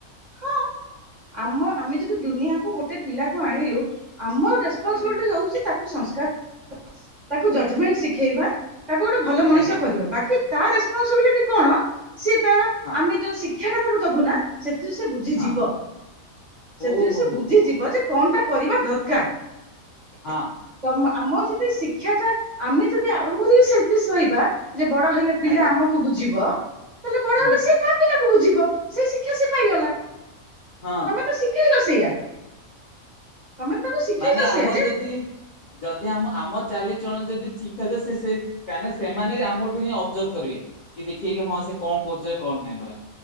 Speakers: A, on the right (about 40°); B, on the left (about 55°).
A: ହଁ ଆମ ଆମେ ଯଦି ଦୁନିଆକୁ ଗୋଟେ ପିଲାକୁ ଆଣିଲୁ ଆମର ରେସପନସିବିଲିଟି
B: ଆଜ୍ଞା
A: ରଉଛି ତାକୁ ସଂସ୍କାର ତାକୁ ଜଜମେଣ୍ଟ ଶିଖେଇବା ତାକୁ ଗୋଟେ ଭଲ ମଣିଷ
B: ଆଜ୍ଞା
A: କରିବା ବାକି ତା ରେସପନସିବିଲିଟି କଣ ସିଏ ତାର
B: ହଁ
A: ଆମେ ଯୋଉ ଶିକ୍ଷାଟା ତାକୁ ଦବୁ ନା ସେଥିରୁ ସେ ବୁଝିଯିବ
B: ହଁ
A: ସେଥିରୁ
B: ଓହୋ
A: ସେ
B: ହୋ
A: ବୁଝିଯିବ
B: ହୋ ହୋ
A: ଯେ କଣ ଟା କରିବା ଦରକାର।
B: ହଁ।
A: ତ ଆମ ଯଦି ଶିକ୍ଷା ଟା ଆମେ ଯଦି ଆରମ୍ଭରୁ ସେଲ୍ଫିସ ରହିବା ଯେ ବଡ ହେଲେ ପିଲା
B: ଆଜ୍ଞା
A: ଆମକୁ ବୁଝିବ ହେଲେ
B: ହୁଁ।
A: ସେ ତା ପିଲା କୁ ବୁଝିବ ସେଇ ଶିକ୍ଷା ସେ ପାଇ ଗଲା।
B: ହଁ।
A: ତମେ ଶିଖେଇଲ ସେଇଆ ତମେମାନେ ତାକୁ ଶିଖେଇଲ
B: ମାନେ ଆମର
A: ସେଇଆ ଯେ।
B: ଯଦି ଯଦି ଆମ ଆମ ଚାଲିଚଳନ ଯଦି ଠିକ୍ ଠାକ ସେ ସେ କାହିଁନା ସେମାନେ ବି ଆମଠୁ ହିଁ ଅବଜର୍ଭ କରିବେ କି ଦେଖିବେ କି ହଁ ସେ କଣ କରୁଛି କଣ ନାଇଁ।